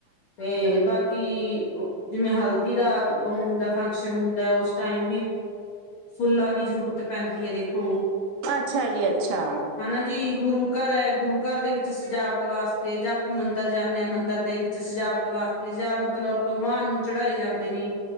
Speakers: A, on the left; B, on the right.
A: ਤੇ ਬਾਕੀ ਕਿ ਜਿਵੇਂ ਹਲਦੀ ਦਾ ਉਹ ਹੁੰਦਾਂ ਫੰਕਸ਼ਨ ਹੁੰਦਾਂ ਉਸ ਟਾਇਮ ਵੀ। ਫੁੱਲਾਂ ਦੀ ਜ਼ਰੂਰਤ ਪੈਂਦੀ ਹੈਂ ਦੇਖੋਂ
B: ਅੱਛਾ ਜੀ ਅੱਛਾ।
A: ਹਨਾ ਜੀ ਗੁਰੂ ਘਰ ਐ ਗੁਰੂ ਘਰ ਦੇ ਵਿੱਚ ਸਜਾਵਟ ਵਾਸਤੇ ਜਾਂ ਆਪਾਂ ਮੰਦਰ ਜਾਨੇ ਆਂ ਮੰਦਰ ਦੇ ਵਿੱਚ। ਸਜਾਵਟ ਵਾਸਤੇ ਜਾਂ ਮਤਲਬ ਭਗਵਾਨ ਨੂੰ ਚੜਾਏ ਜਾਂਦੇ ਨੇ।